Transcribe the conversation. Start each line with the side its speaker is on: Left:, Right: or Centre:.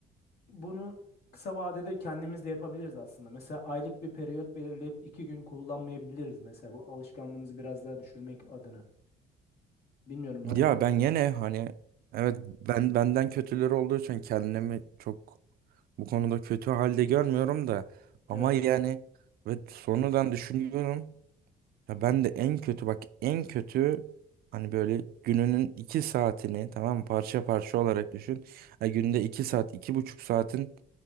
Left: Bunu kısa vadede kendimiz de yapabiliriz aslında. Mesela aylık bir periyot belirleyip iki gün kullanmayabiliriz mesela bu alışkanlığımızı biraz daha düşürmek adına. Bilmiyorum bana
Right: Ya
Left: katılır
Right: ben yine
Left: mısın
Right: hani
Left: da?
Right: evet ben benden kötüleri olduğu için kendimi çok bu konuda kötü halde görmüyorum da ama
Left: Evet.
Right: yani ve sonradan düşünüyorum ya ben de en kötü bak en kötü hani böyle gününün iki saatini tamam mı? parça parça olarak düşün. Ha, günde iki saat iki buçuk saatin